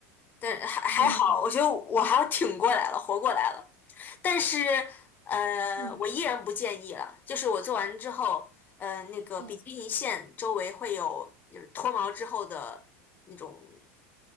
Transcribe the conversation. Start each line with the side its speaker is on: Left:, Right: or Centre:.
Left: 但还还好，
Right: 嗯
Left: 我觉得我还挺过来了，活过来了。但是，呃，
Right: 嗯
Left: 我依然不建议了。就是我做完之后，呃，那个比基尼线周围会有就是脱毛之后的那种
Right: 嗯